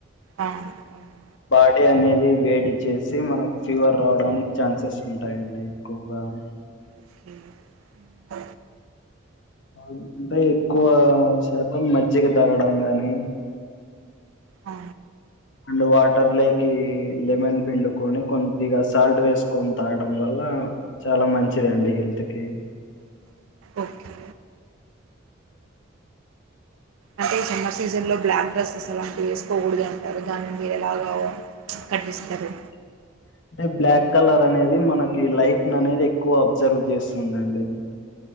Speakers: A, on the right; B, on the left.
A: ఆ అవునా
B: బాడీ అనేది వేడి చేసి మనకు ఫీవర్ రావడానికి ఛాన్సెస్ ఉంటాయండి ఎక్కువగా ఆ
A: ఓకే ఉమ్
B: అంటే ఎక్కువ శాతం మజ్జిగ తాగడం గాని
A: ఆ
B: అండ్ వాటర్ లేకి లెమన్ పిండుకొని కొంద్దిగా సాల్ట్ వేసుకొని తాగడం వల్ల చాలా మంచిదండి హెల్త్ కి
A: ఓకే
B: <unintelligible>
A: అంటే సమ్మర్ సీజన్ లో బ్లాక్ డ్రెస్సెస్ అలాంటివి వేసుకోకూడుదు అంటారు దాన్ మీరేలాగవ ఖండిస్తారు
B: <unintelligible> అంటే బ్లాక్ కలర్ అనేది మనకి లైట్ ను అనేది ఎక్కువ అబ్జర్వ్ చేస్తుందండి